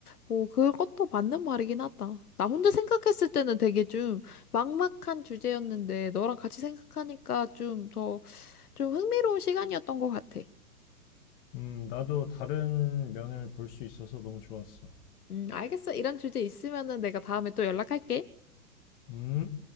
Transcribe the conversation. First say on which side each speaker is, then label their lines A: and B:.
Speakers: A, on the left; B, on the left.
A: 뭐, 그것도 맞는 말이긴 하다. 나 혼자 생각했을 때는 되게 좀 막막한 주제였는데, 너랑 같이 생각하니까 좀 더, 좀 흥미로운 시간이었던 것 같아.
B: 음, 나도 다른 면을 볼 수 있어서 너무 좋았어.
A: 음, 알겠어. 이런 주제 있으면은 내가 다음에 또 연락할게.
B: 음.